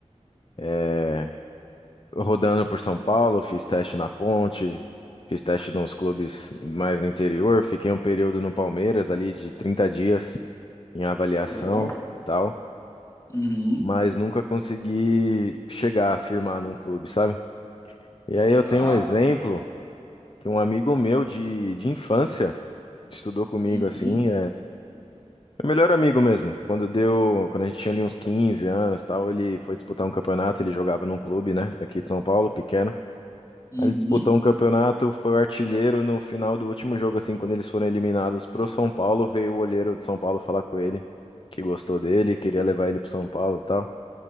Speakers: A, on the left (about 45°); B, on the left (about 30°).
A: eh, rodando por São Paulo, fiz teste na Ponte, fiz teste nos clubes mais no interior. Fiquei um período no Palmeiras, ali de 30 dias em avaliação,
B: Que legal.
A: tal.
B: Uhum.
A: Mas nunca consegui chegar a firmar num clube, sabe? E aí eu
B: Tá.
A: tenho um exemplo que um amigo meu de, de infância estudou comigo,
B: Uhum.
A: assim. Meu melhor amigo mesmo. Quando deu, quando a gente tinha ali uns 15 anos, e tal, ele foi disputar um campeonato, ele jogava num clube, né, daqui de São Paulo, pequeno.
B: Uhum.
A: Aí ele disputou um campeonato, foi o artilheiro no final do último jogo assim, quando eles foram eliminados pro São Paulo, veio o olheiro de São Paulo falar com ele, que gostou dele, queria levar ele pro São Paulo, e tal.